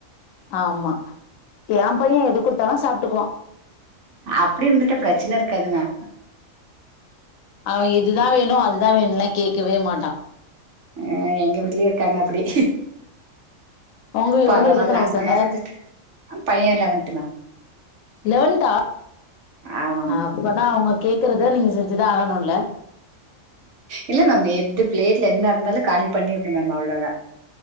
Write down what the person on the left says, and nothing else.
ஆமா எ பைய எது குடுத்தாலு சாப்ட்டுக்குவா
அவ இதுதா வேணு அதுதா வேணுன்லா கேட்கவே மாட்டா
உங்க
உங்களுக்கு எத்தன பசங்க
லவன்த்தா
அப்பனா அவுங்க கேக்கறத நீங்க செஞ்சுதா ஆகணுல்ல